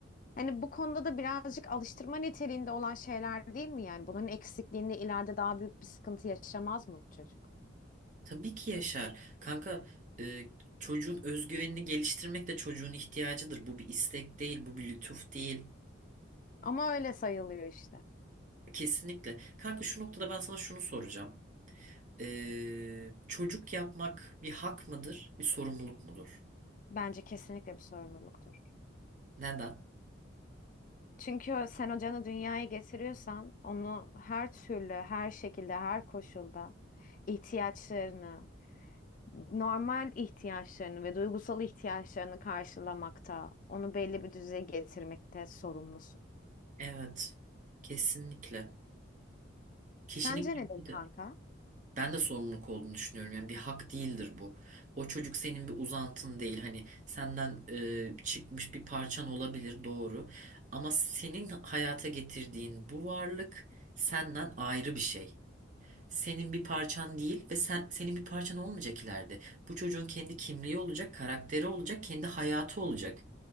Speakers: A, on the left; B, on the right.
A: Hani bu konuda da birazcık alıştırma niteliğinde olan şeyler değil mi yani? Bunun eksikliğinde ileride daha büyük bir sıkıntı yaşamaz mı bu çocuk?
B: Tabii ki yaşar. Kanka e, çocuğun özgüvenini geliştirmek de çocuğun ihtiyacıdır. Bu bir istek değil, bu bir lütuf değil.
A: Ama öyle sayılıyor işte.
B: Kesinlikle. Kanka şu noktada ben sana şunu soracağım. E, çocuk yapmak bir hak mıdır, bir sorumluluk mudur?
A: Bence kesinlikle bir sorumluluktur.
B: Neden?
A: Çünkü sen o canı dünyaya getiriyorsan onu her türlü, her şekilde, her koşulda ihtiyaçlarını, normal ihtiyaçlarını ve duygusal ihtiyaçlarını karşılamakta, onu belli bir düzeye getirmekte sorumlusun.
B: Evet. Kesinlikle. Kişinin
A: Sence
B: kimliği
A: nedir
B: de.
A: kanka?
B: Ben de sorumluluk olduğunu düşünüyorum. Yani bir hak değildir bu. O çocuk senin bir uzantın değil. Hani senden e, çıkmış bir parçan olabilir doğru. Ama senin hayata getirdiğin bu varlık senden ayrı bir şey. Senin bir parçan değil ve sen senin bir parçan olmayacak ileride. Bu çocuğun kendi kimliği olacak, karakteri olacak, kendi hayatı olacak.